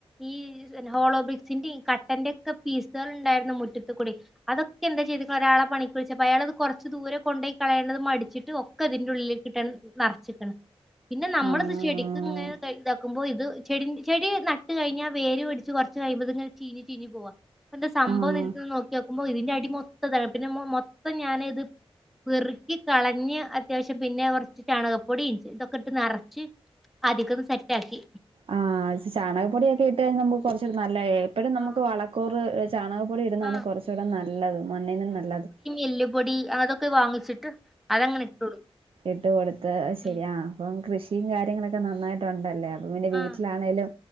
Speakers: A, in the centre; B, on the right.
A: ഈ ഹോളോ ബ്രിക്സിന്റെ കട്ടന്റെ ഒക്കെ പീസൾ ണ്ടായിരുന്നു മുറ്റത്ത് കൂടി അതൊക്കെ എന്താ ചെയ്ത്ക്കെ ഒരാളെ പണിക് വിളിച്ചപ്പോ അയാള അത് കോറച്ച് ദൂരെ കൊണ്ടയി കളയണത് മടിച്ചിട്ട് ഒ ഒക്കെ തിന്റെ ഉള്ളിലേക്ക് ഇട്ടാൻണ്ട് നറച്ച്ക്ണ് പിന്നെ നമ്മളത്
B: ആഹ്
A: ചെടി ഇത് ഇങ്ങനെ ഇതാക്കുമ്പോ ഇത് ചെടിൻ ചെടി നട്ട് കഴിഞ്ഞാൽ വേര് പിടിച്ച് കോറച്ച് കഴിയുമ്പോ ഇത് ഇങ്ങനെ ചീഞ് ചീഞ്ഞ് പോവാ പ്പന്താ സംഭവം
B: ആഹ്
A: നൊക്കി ക്കുമ്പോ ഇതിന്റെ അടി മൊത്തം താ പിന്നെ മൊത്തം ഞാനത് പെറിക്കി കളഞ് അത്യാവശ്യം പിന്നെ കോറച്ച് ചാണകപ്പൊടിം ഇതൊക്കെ ഇട്ട് നറച്ച് ആധിക്കന്ന് സെറ്റ് ആക്കി
B: ആഹ് ഷാ ചാണകപ്പൊടിയോക്കെ ഇട്ട് കഴിഞ്ഞാ നമുക്ക് കൊറച്ചൂടി നല്ലേ എപ്പോഴും നമുക്ക്
A: ആഹ്
B: വളക്കൂറ് ചാണകപ്പൊടി ഇടുന്നാണ്
A: ആഹ്
B: കൊറചൂടെ നല്ലത് മണ്ണിനും നല്ലത്
A: എല്ല് പൊടി അതൊക്കെ വാങ്ങിച്ചിട്ട് അതങ്ങനെ ഇട്ട് കൊടുക്കും
B: ഇട്ട് കൊടുത്ത് അത് ശരി
A: ഉം
B: ആഹ് അപ്പം കൃഷിയും കാര്യങ്ങളൊക്കെ നന്നായി ട്ടുണ്ടല്ലേ അപ്പൊ പിന്നേ വീട്ടിലാണെലും
A: ആഹ്